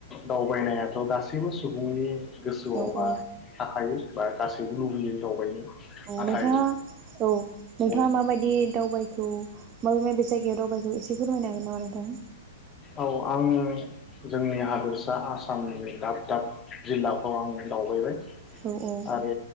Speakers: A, on the left (about 25°); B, on the right (about 30°).
A: दावबायनायाथ' गासैबो सुबुंनि गोसोआवहाय
B: औ औ
A: थाखायो। बा गासैबो लुबैयो दावबायनो
B: औ
A: नाथाय
B: नोंथाङा औ नोंथाङा
A: औ
B: माबायदि दावबाय? बेखौ माबे माबे जायगायाव दावबायखो एसे फोरमायनो हागोन नामा नोंथां?
A: औ आङो जोंनि हादोरसा आसामनि दाब दाब जिल्लाफ्राव आं दावबायबाय
B: औ औ
A: आरो